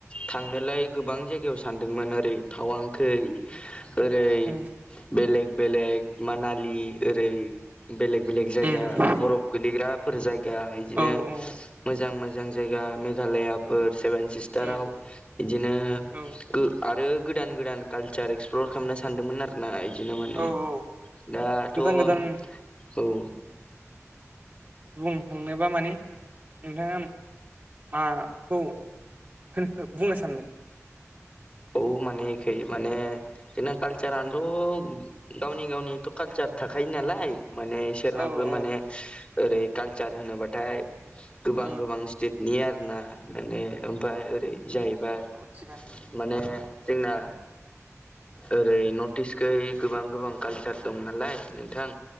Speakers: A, on the left; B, on the right.
A: थांनोलाय गोबां जायगायाव सानदोंमोन ओरै थावांखै ओरै
B: उम
A: बेलेग बेलेग मानालि ओरै बेलेग बेलेग जायगा
B: उम
A: बरफ गोलैग्राफोर जायगा इदिनो
B: औ औ
A: मोजां मोजां जायगा मेघालयाफोर सेभेन सिस्टाराव
B: उम
A: बिदिनो
B: औ
A: गो आरो गोदान गोदान कालचार एक्सप्लर खालामनो सानदोंमोन आरोना। बिदिनो माने
B: औ औ
A: दाथ'
B: गोदान
A: औ
B: गोदान बुंनो थांनोबा माने नोंथाङा माखौ होनो बुंनो सानदों।
A: औ माने इखै माने जोंना कालसारानोथ' गावनि गावनिथ' कालसार थाखायो नालाय माने बिसोरनाबो
B: औ औ
A: माने ओरै कालचार होनोबाथाय गोबां
B: उम
A: गोबां स्टेट नि आरोना माने ओमफ्राय ओरै जाहैबाय।
B: सिगांनो
A: माने जोंना ओरै नर्थ इस्टखै गोबां गोबां कालचार दं नालाय नोंथां।